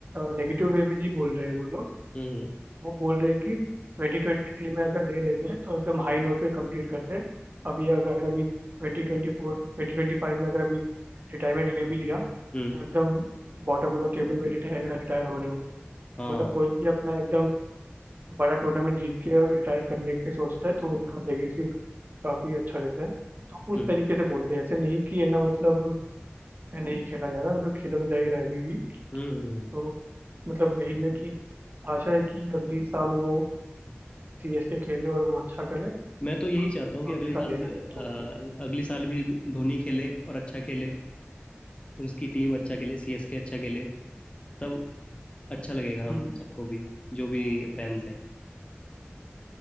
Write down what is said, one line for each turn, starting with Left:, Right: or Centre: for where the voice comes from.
Right: नेगेटिव वे में नहीं बोल रहे हैं वो लोग
Left: हम्म
Right: वो बोल रहे हैं कि 2023 में अगर ले लेते हैं तो एकदम हाई नोट पे कंप्लीट करते हैं अभी अगर अभी 2024 2025 में अगर अभी रिटायरमेंट ले भी लिया
Left: हम्म
Right: तो एकदम बॉटम ऑफ द टेबल में रिटायर रिटायर हो रहे होंगे
Left: हाँ
Right: तो मतलब कोई भी अपना एकदम बड़ा टूर्नामेंट जीत के रिटायर करने के सोचता है तो उनका लेगेसी काफी अच्छा रहता है तो उस
Left: हम्म
Right: तरीके से बोले थे ऐसे नहीं कि है ना मतलब नहीं खेला जा रहा मतलब खेला तो जा ही रहा है अभी भी
Left: हम्म हम्म।
Right: तो मतलब यही है कि आशा है कि अगली साल वो सीएसके खेले और वो अच्छा करे
Left: मैं तो
Right: और
Left: यही चाहता हूँ कि
Right: अगले
Left: अगले
Right: साल
Left: साल
Right: लेना
Left: से
Right: है
Left: अ,
Right: तो
Left: अगले साल भी धोनी खेले और अच्छा खेले उसकी टीम अच्छा खेले सीएसके अच्छा खेले तब अच्छा लगेगा हम
Right: हम्म,
Left: सबको भी जो भी फैंस है